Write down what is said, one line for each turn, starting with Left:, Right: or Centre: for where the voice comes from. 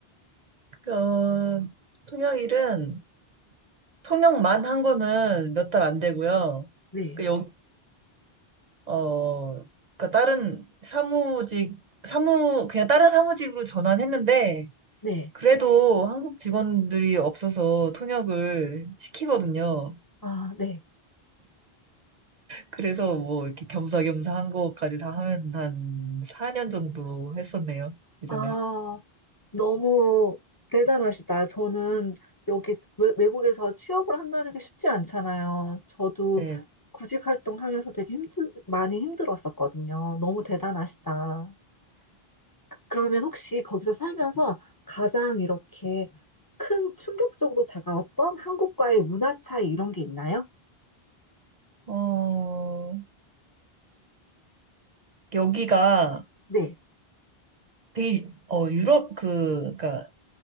Right: 어, 통역일은, 통역만 한 거는 몇 달 안 되고요.
Left: 네,
Right: 그, 여, 어, 그니까 다른 사무직, 사무, 그냥 다른 사무직으로 전환했는데,
Left: 네,
Right: 그래도 한국 직원들이 없어서 통역을 시키거든요.
Left: 아, 네.
Right: 그래서 뭐 이렇게 겸사겸사 한 거까지 다 하면 한 4년 정도 했었네요, 예전에.
Left: 아, 너무 대단하시다. 저는 여기 외, 외국에서 취업을 한다는 게 쉽지 않잖아요. 저도
Right: 네.
Left: 구직 활동하면서 되게 힘들, 많이 힘들었었거든요. 너무 대단하시다. 그러면 혹시 거기서 살면서 가장 이렇게 큰 충격적으로 다가왔던 한국과의 문화 차이 이런 게 있나요?
Right: 어, 여기가
Left: 네,
Right: 되게, 어, 유럽 그, 그러니까